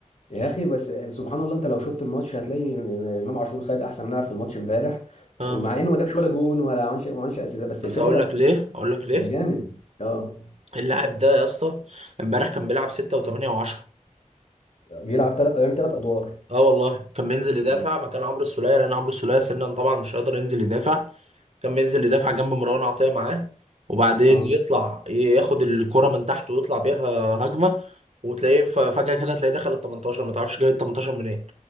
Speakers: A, on the left; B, on the right.
A: يا اخي بس سبحان الله انت لو شفت الماتش هتلاقي امام عاشور خد احسن لاعب في الماتش امبارح
B: اه
A: ومع انه ما جابش ولا جون ولا عملش ما عملش اسيست بس
B: بس
A: الفكره
B: اقول لك ليه اقول لك ليه
A: كان جامد اه
B: اللاعب ده يا اسطى امبارح كان بيلعب 6 و8 و10
A: بيلعب ثلاث ايام ثلاث ادوار
B: اه والله كان بينزل يدافع
A: يعني-
B: مكان عمرو السولية لان عمرو السولية سنا طبعا مش قادر ينزل يدافع كان بينزل يدافع جنب مروان عطية معاه وبعدين
A: اه
B: يطلع ياخد الكرة من تحت ويطلع بيها هجمة وتلاقيه ف- فجأة كده تلاقيه دخل ال 18 ما تعرفش جاي ال 18 منين